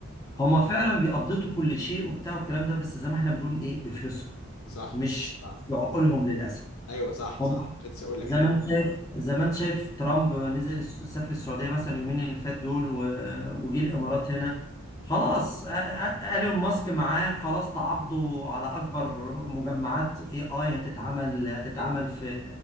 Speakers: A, on the left (about 15°); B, on the left (about 85°).
A: هم فعلا بيقضوا كل شيء وبتاع والكلام ده بس زي ما احنا بنقول ايه بفلوسهم
B: صح
A: مش
B: صح
A: مش بعقولهم للاسف
B: ايوه صح
A: هم
B: صح كنت لسه اقول لك
A: زي
B: حته
A: ما انت شايف زي ما انت شايف ترامب نزل الس- سافر السعوديه مثلا يومين اللي فات دول و... وجي الامارات هنا خلاص أ- أ- ايلون ماسك معاه خلاص تعاقدوا على اكبر مجمعات اي اي هتتعمل هتتعمل
B: حقيقة.
A: في